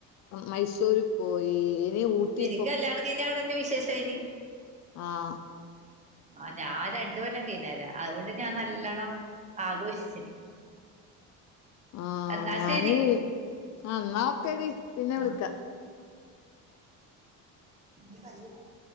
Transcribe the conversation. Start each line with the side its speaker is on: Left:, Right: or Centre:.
Left: മൈസൂരിൽ പോയി ഇനി ഊട്ടി
Right: നിനക്ക് കല്യാണം കഴിഞ്ഞാടെന്നെ വിശേഷയിനി
Left: ആഹ
Right: ആ ഞാൻ രണ്ട് കൊല്ലം കയ്ഞ്ഞേര, അതുകൊണ്ട് ഞാൻ നല്ലണം ആഘോഷിച്ചിന്
Left: ആഹ്,
Right: എന്നാ
Left: ഞാന്
Right: ശരി
Left: ആ ന്നാ ഒക്കെടി, പിന്നെ
Right: ആ
Left: വിളിക്കാ
Right: എ കാല <unintelligible>